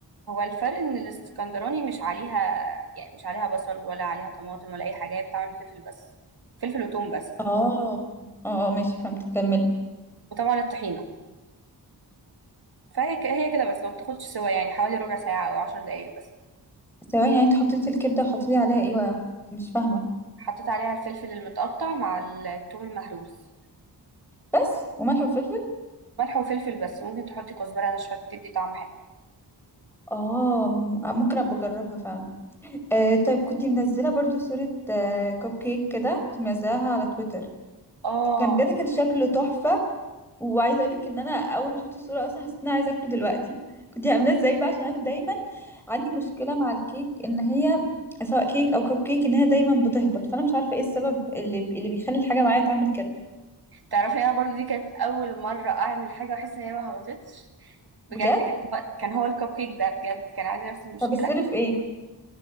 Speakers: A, on the right (about 60°); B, in the centre.
A: هو الفرق ان الاسكندراني مش عليها يعني مش عليها بصل ولا عليها طماطم ولا اي حاجة هي بتعمل فلفل بس فلفل وثوم بس
B: اه اه اه ماشي فهمت كملي
A: وطبعا الطحينة فهي ك- هي كده بس ما بتاخدش سوا يعني حوالي ربع ساعة أو عشر دقايق بس
B: ثواني يعني انت حطيتي الكبدة وحطيتي عليها ايه مش فاهمة
A: حطيت عليها الفلفل المتقطع مع الثوم المهروس
B: بس وملح وفلفل
A: ملح وفلفل بس ممكن تحطي كزبرة ناشفة بتدي طعم حلو
B: اه م- ممكن ابقى اجربها فعلا آه طيب كنت منزله برضو صوره آه كوب كيك كده كنت منزلها على تويتر
A: اه
B: كان بجد كان شكله تحفه وعايزه اقولك ان انا اول ما شفت الصوره اصلا حسيت ان انا عايزه اكله دلوقتي كنت عاملاه ازاي بقى عشان انا دايما عندي مشكله مع الكيك ان هي سواء كيك او كوب كيك ان هي دايما بتهبط فانا مش عارفه ايه السبب اللي اللي بيخلي الحاجه معايا تعمل كده
A: تعرفي انا برضو دي كانت اول مرة اعمل حاجة واحس ان هي ما هبطتش بجد
B: بجد
A: كان كان هو الكب كيك ده بجد كان عندي نفس المشكلة
B: طب السر في ايه